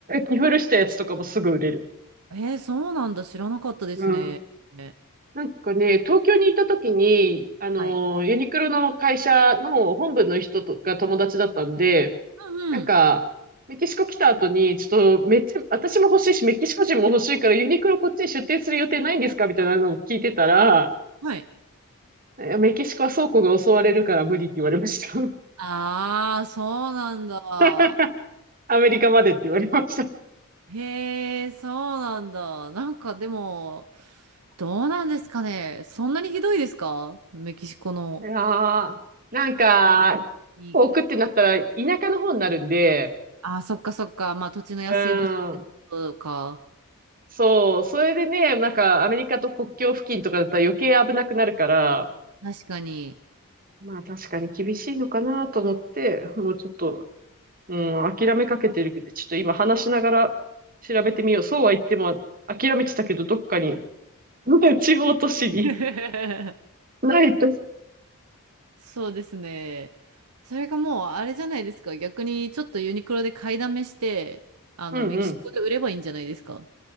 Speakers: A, on the right; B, on the right.
A: 着古したやつとかもすぐ売れる。
B: ーえー、そうなんだ。知らなかったですね。
A: うん。
B: ね
A: なんかね、東京にいた時に、あの、
B: はい。
A: ユニクロの会社の本部の人とが友達だったんで、
B: うんうん。
A: なんか、メキシコ来た後に、ちょっと、めっちゃ、私も欲しいし、メキシコ人も欲しいから、ユニクロこっちに出店する予定ないんですかみたいなのを聞いてたら、
B: はい。
A: いやメキシコは倉庫が襲われるから無理って言われました。
B: ああ、そうなんだ。
A: <laughs> アメリカまでって言われました。
B: へえ、そうなんだ。なんかでも、どうなんですかね。そんなにひどいですかメキシコの。
A: いやー、なんか、
B: うんに
A: 置くってなったら田舎の方になるんで、
B: あ、そっかそっか。まあ土地の安い場所ってことか。
A: うん、そう、それでね、なんかアメリカと国境付近とかだったら余計危なくなるから、
B: 確かに。
A: まあ確かに厳しいのかなと思って、もうちょっと、うん、諦めかけてるけど、ちょっと今話しながら調べてみよう。そうは言っても諦めてたけど、どっかに、<laughs> 地方都市に
B: <laughs>
A: ないと。
B: そうですね。それがもうあれじゃないですか。逆にちょっとユニクロで買いだめして、あの、
A: うんうん。
B: メキシコで売ればいいんじゃないですか。